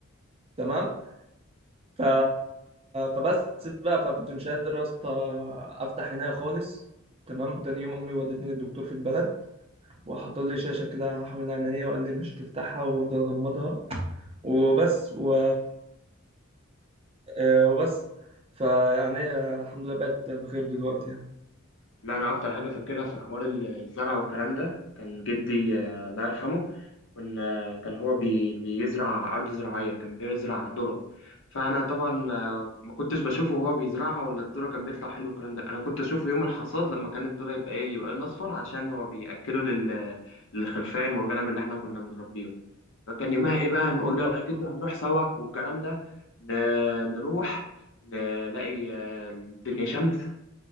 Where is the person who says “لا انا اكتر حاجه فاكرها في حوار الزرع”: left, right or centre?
Left